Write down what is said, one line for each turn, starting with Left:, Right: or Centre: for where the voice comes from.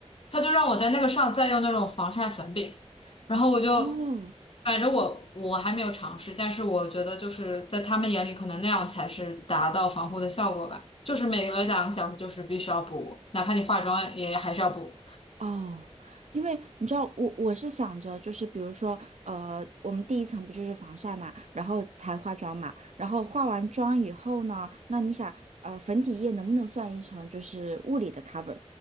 Left: 他就让我在那个上再用那种防晒粉饼，然后我就，
Right: 哦，
Left: 反正我我还没有尝试，但是我觉得就是在他们眼里，可能那样才是达到防护的效果吧。就是每隔两个小时就是必须要补，哪怕你化妆也还是要补，
Right: 哦，因为你知道，我我是想着，就是比如说，呃，我们第一层不就是防晒嘛，然后才化妆嘛，然后化完妆以后呢，那你想，呃，粉底液能不能算一层就是物理的 cover，